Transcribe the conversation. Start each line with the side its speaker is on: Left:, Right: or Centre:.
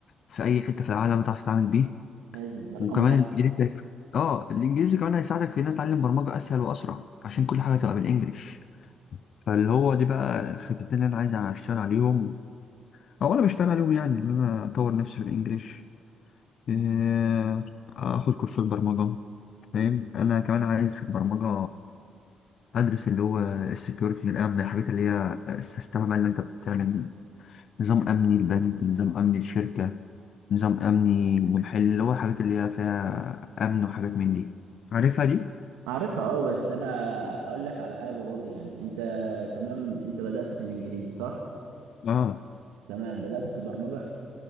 Left: في أي حتة في العالم تعرف تتعامل بيه
Right: لازم ده رقم
Left: وكمان
Right: واحد
Left: الانجليزي هيس- اه الانجليزي كمان هيساعدك في ان أنت تتعلم برمجه اسهل واسرع عشان كل حاجه تبقى بالانجلش فاللي هو دي بقى الخطتين اللي انا عايز اشتغل عليهم او انا بشتغل عليهم يعني ان انا اطور نفسي بالانجلش آه، اخد كورسات برمجه فاهم انا كمان عايز في البرمجه ادرس اللي هو السكيورتي الامن الحاجات اللي هي السيستم بقى اللي انت بتعمل نظام أمني البنك نظام أمني الشركة نظام أمني المحل اللي هو حاجات اللي هي فيها أمن وحاجات من دي عارفها دي؟
Right: عارفها اه بس انا اقول لك على حاجه برضه يعني انت تمام انت بدات في الانجليزي صح
Left: آه
Right: تمام بدات في البرمجه